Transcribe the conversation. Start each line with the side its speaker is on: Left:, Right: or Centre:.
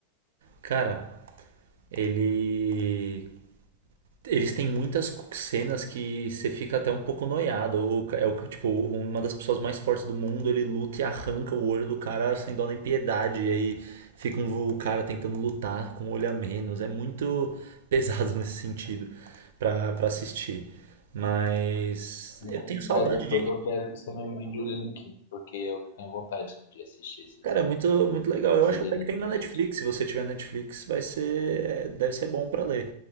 Right: Cara, ele eles têm muitas cu- cenas que você fica até um pouco noiado. Ou é o tipo, uma das pessoas mais fortes do mundo, ele luta e arranca o olho do cara sem dó nem piedade. E aí fica um, o cara tentando lutar com o olho a menos. É muito <laughs> pesado nesse sentido para assistir. Mas
Left: Então,
Right: eu tenho saudade
Left: Mas depois
Right: de.
Left: eu quero que você me mande o link, porque eu tenho vontade de assistir esses,
Right: Cara, é muito, muito legal. Eu
Left: esses
Right: acho até
Left: animes
Right: que tem
Left: diferentes.
Right: na Netflix. Se você tiver Netflix, vai ser, é, deve ser bom pra ler,